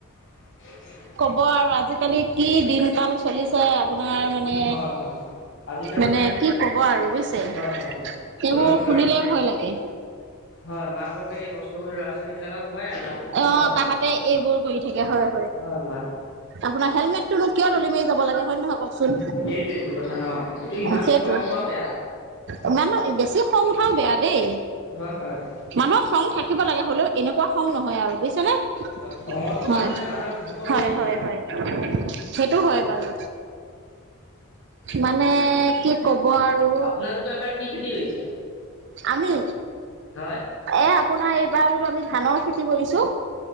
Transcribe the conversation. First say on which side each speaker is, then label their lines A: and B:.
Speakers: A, on the left; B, on the right.
A: <inaudible>
B: হ'ব আৰু আজিকালি কি দিন কাল চলিছে আপোনাৰ মে
A: হয় হয় হয় আজিকালি
B: মানে কি কব আৰু বুজিছে,
A: হয় হয় হয়
B: সেইবোৰ
A: ল মাক
B: শুনিলে ভয় লাগে।
A: হয় মাক বাপোকে কষ্ট কৰি ল'ৰা ছোৱালী বিলাকক পঢ়ে আৰু ল'ৰা ছোৱালী
B: অ
A: পাই
B: তাহাঁতে এইবোৰ কৰি থাকে হয়
A: হয় হয় হয়।
B: আপোনাৰ হেলমেটটোনোক কিয় দলি মাৰি যাব লাগে হয় নহয় কওকচোন?
A: নে নহয়? সেইটোৱেটো কথা ন এইটো ইমান
B: সেইটো,
A: খং হোৱা বেয়া।
B: ইমান বেছি সৰু সংও বেয়া। দেই
A: হয় হয়
B: মানুহৰ খং থাকিব লাগে, হ'লেও এনেকুৱা খং নহয় আৰু বুজিছে। হয়,
A: খঙতো মানুহে মানুহক ধ্বংস
B: হয়
A: কৰি দিয়ে।
B: হয় হয়, সেইটো হয় বাৰু। মানে কি কব আৰু,
A: আপোনালোকৰ এবাৰ কি খেতি কৰিছে
B: আমি,
A: হয়
B: এ আপোনাৰ এইবাৰ বোলো আমি ধানৰ খেতি কৰিছো,